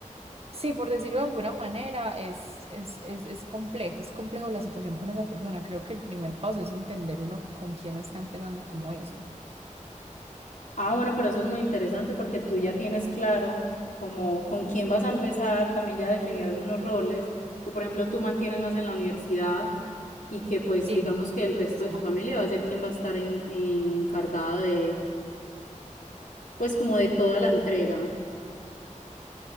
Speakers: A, on the right; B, on the left.
A: Sí, por decirlo de alguna manera, es, es, es, es complejo, es complejo la situación con esa persona. Creo que el primer paso es entender uno con quién está empezando como eso.
B: Ah, bueno, pero eso es muy interesante porque tú ya tienes claro como con quién vas a empezar, también ya definieron unos roles que, por ejemplo, tú mantienes más en la universidad y que, pues,
A: Sí,
B: digamos que el resto
A: sí.
B: de tu familia va a ser quien va a estar en, encargada de, pues, como de toda la entrega.